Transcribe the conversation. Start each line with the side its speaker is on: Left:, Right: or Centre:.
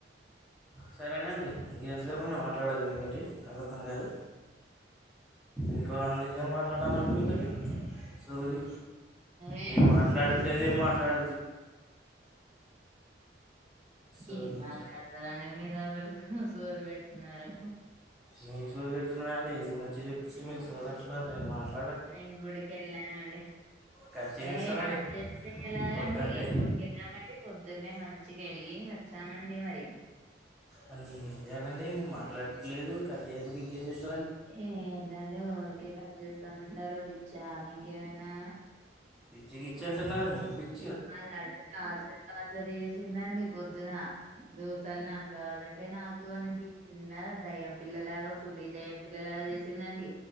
Centre: సరేనండి ఇంకెంత సేపండి మాట్లాడేది మీతోటి నాకర్థం కాదు. ఇంకో నల్నిమిషాల మాట్లాడాల అండి మీతోటి సోది
Right: ఏ
Centre: మీరు మాట్లాడట్లేదు ఏం మాట్లాడ సోది
Right: ఏం
Centre: ముచ్చట
Right: మాట్లాడుతార అన్న మీరు అసలు సోది పేడుతున్నారు
Centre: నేను సోది పెడుతున్నానండి ఇంత మంచిగ చెప్తే మీరు సోద అంటున్నారు నేను మాట్లా
Right: నేం గుడికి వెళ్ళామండి
Centre: కట్ చేసేస్తానండి
Right: ఏ గద్చేస్తే ఎలాగండి
Centre: వద్దంటే
Right: ఏ గుడికి వెళ్లామండి పొద్దునే మంచి ఇచ్చకెళ్ళి వచ్చామండి మరి
Centre: మరేం చేయాలండీ మీరు మాట్లాడట్లేదు కట్ చేయకపోతే ఇంకేం చేస్త
Right: ఏ ఏంటండి ఊరికే కట్ చేస్తానంటారు పిచ్చా మీకేమైనా
Centre: పిచ్చి గిచ్చంటన్నారు మీ
Right: ఆయన అడ్డ టార్చ్ టార్చ్ చేసిండాన్డి పొద్దున దోసలు నాకు కావాలంటే నాకు అనేది చిన్న దయ్యం పిల్లలాగా ఫుడ్ దయ్యం పిల్లలాగా చేసిందండి